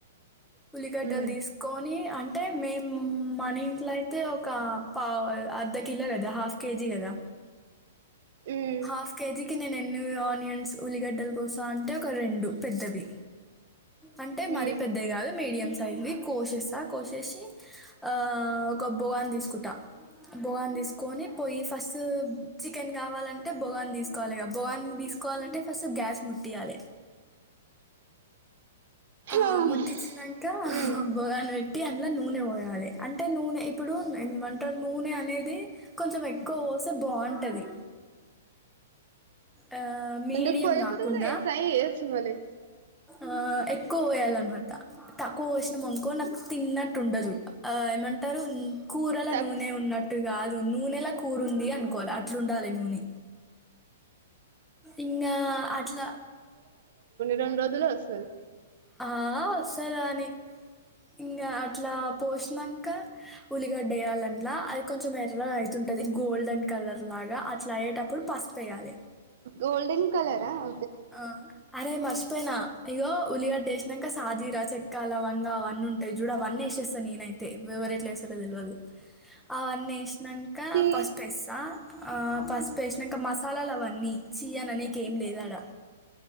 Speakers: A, in the centre; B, on the right (about 60°).
A: ఉల్లిగడ్డలు
B: ఉమ్
A: తీసుకొని అంటే మేము మన ఇంట్లో అయితే ఒక పా అర్ధ కిలో కదా హాఫ్ కేజీ కదా
B: ఉమ్
A: హాఫ్ కేజీకి కి నేను ఎన్ని ఆనియన్స్ ఉల్లిగడ్డల కోస్త అంటే ఒక రెండు పెద్దవి అంటే
B: ఉమ్
A: మరీ పెద్దాయి కాదు మీడియం సైజుది కోసేస్తా కోసేసి ఆ ఒక బోగాన్ని తీసుకుంటా బోగాని తీసుకొని పోయి ఫస్ట్ చికెన్ కావాలంటే బోగాని తీస్కోవాలె బోగాని తీస్కోవాలంటే ఫస్ట్ గ్యాస్ ముట్టియలే ఆ
B: ఉమ్
A: ముట్టిచ్చినాక
B: ఉమ్
A: బోగాన పెట్టి అందులో నూనె పోయాలి అంటే నూనె ఇప్పుడు ఏమంటారు నూనె అనేది కొంచెం ఎక్కువ పోస్తే బాగుంటుంది ఆ మ మీడియం
B: ఎందుకు పోయకూడదు
A: కాకుండ
B: కూడా ఫ్రై చేయొచ్చు మళ్ళీ
A: ఆ ఎ ఎక్కువ పోయాలన్నమాట తక్కువ పోసినమనుకో నాకు తిన్నట్టు ఉండదు ఏమంటారు కూరలా
B: తక్కువ
A: నూనె ఉన్నట్టు కాదు నూనెలా కూరంది అనుకోవాలి అట్లా ఉండాలి నూనె ఇంగా అట్లా
B: రెండ్రోజుల్లో అస్తది
A: ఆ ఒస్సేరాని ఇంకా అట్లా పోషినాంక ఉల్లిగడ్డ వేయాలంట్లా అది కొంచెం ఎర్రగా అవుతు ఉంటది గోల్డెన్ కలర్ లాగా అట్లా అయ్యేటప్పుడు పసుపెయాలి
B: గోల్డెన్ కలరాఓ
A: ఆ అరే మార్చ పోయినా ఇగో ఉల్లిగడ్డ వేసినాంక సాజీర చెక్కాలవంగ అవన్నీ ఉంటాయి చూడ అవన్నీ ఎసేస్తా నేన తే ఎవరేట్లేస్తారో తెల్వదు అవన్నీ ఇసినంక
B: చి
A: ఫస్ట్ వస్సా ఆ పసుపు ఎసినాంక మసాలాలు అవన్నీ చీ అననికేం లేదాడా